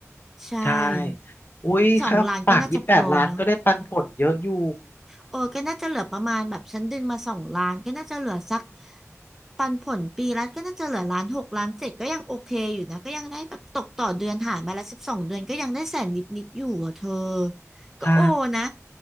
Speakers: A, in the centre; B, on the left.
A: ใช่
B: ใช่อุ้ยค่าฝากยี่สิบแปดล้านก็ได้ปันผลเยอะอยู่
A: สองล้านก็น่าจะพอเนาะ เออก็น่าจะเหลือประมาณแบบฉันดึงมาสองล้านก็น่าจะเหลือสักปันผลปีละก็น่าจะเหลือล้านหกล้านเจ็ดก็ยังโอเคอยู่นะก็ยังได้แบบตกต่อเดือนหารมาละสิบสองเดือนก็ยังได้แสนนิดนิดอยู่อ่ะเธอก็โอนะ
B: ใช่